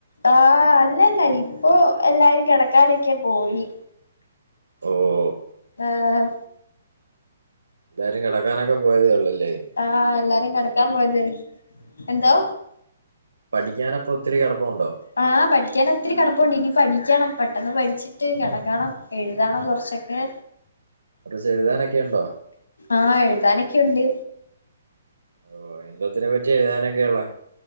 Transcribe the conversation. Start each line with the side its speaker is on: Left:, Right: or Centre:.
Left: ആഹ് അല്ലല്ല ഇപ്പൊ എല്ലാരും കിടക്കാനോക്കെ പോയി
Right: ഓഹ..
Left: ആഹ്..
Right: ഇല്ലാരും കിടക്കാനൊക്കെ പോയതേ ഉള്ളൂല്ലേ
Left: ആഹ എല്ലാരും കിടക്കാൻ പോയത് എന്തോ?
Right: പഠിക്കാൻ അപ്പൊ ഒത്തിരി കിടപ്പുണ്ടോ
Left: ആഹ പഠിക്കാൻ ഒത്തിരി കടപ്പുണ്ട് ഇനി പഠിക്കണം പെട്ടെന്ന് പഠിച്ച് ട്ട് കിടക്കണം എഴുതണം കുറച്ചൊക്കെ
Right: <unintelligible> ഏഴ്താനൊക്കെ ഉണ്ടോ?
Left: ആഹ് എഴുതാനൊക്കെയുണ്ട്
Right: ഓ എന്തൊത്തിനെ പറ്റിയ ഏഴ്താ നോക്കെയുള്ളെ